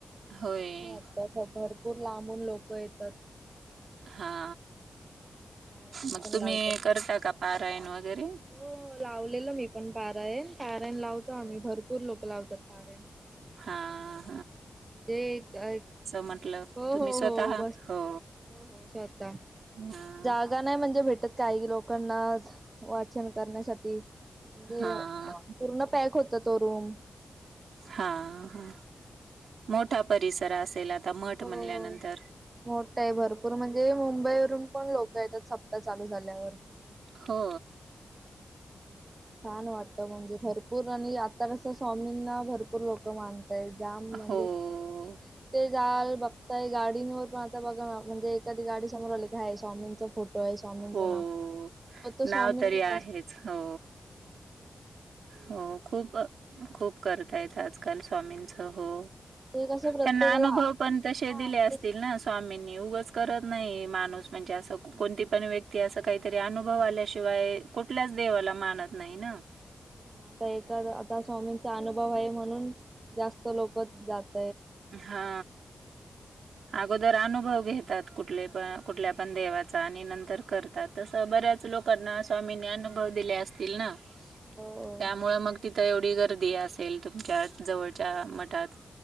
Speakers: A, on the right; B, on the right.
A: होय.
B: छान वाटतं असं भरपूर लांबून लोक आहेत.
A: हा
B: पारायण
A: मग
B: पण
A: तुम्ही
B: लावतात
A: करता
B: काय
A: का पारायण वगैरे?
B: हो लावलेलं मी पण पारायण पारायन लावतो आम्ही भर भरपूर लोक लावतात पार
A: हा.
B: म्हणजे
A: म्हटलं?
B: हो
A: तुम्ही
B: हो
A: स्वतः?
B: हो बसते
A: हो.
B: हो हो स्वतः
A: हां,
B: जागा नाही म्हणजे भेटत काही लोकांना वाचन करण्यासाठी म्हणजे
A: हां,
B: पूर्ण पॅक होता तो रूम.
A: हा, हा. मोठा परिसर असेल मठ
B: हो,
A: म्हणल्यानंतर.
B: हो. मोठ हाय भरपूर म्हणजे मुंबईवरून -- पण लोक येतात. सप्ता चालू झाल्यावर.
A: हो.
B: छान वाटत म्हणजे भरपूर आणि आता कस स्वामींना भरपूर लोक मान -- जाम म्हणजे
A: हो,
B: जिथे तिथे जाल बघताय गाडींवर पण आता बघा ना म्हणजे एखादी गाडी समोर आले की हय स्वामींचा फोटो स्वामींचं
A: हो.
B: नाव तर स्वामीनी
A: नाव तरी आहेच.
B: असत.
A: हो, हो. खूप खूप करतायेत. आजकाल स्वामींच हो.
B: ते कसं प्रत्येकाला
A: त्यांना अनुभव पण तसे
B: हा
A: दिले
B: तेच
A: असतील ना. स्वामींनी उगचं कर नाही माणूस म्हणजे अस कोणती पण व्यक्ती अस काहीतरी अनुभव आल्याशिवाय कुठल्याच देवा ला मानत नाही ना.
B: तेच ना आता एका आता स्वामींचा अनुभव आहे म्हणून जास्त लोक जातात.
A: हा आगोदर आनु भव घेतात कुठले पण कुठल्या पण देवाचा आणि नंतर करतात तसं बऱ्याच लोकांना स्वामी -- मीनी अनुभव दिले असतील ना.
B: हो
A: त्यामुळ मग तिथं एवढी गर्दी असेल तुमच्या जवळच्या मठात.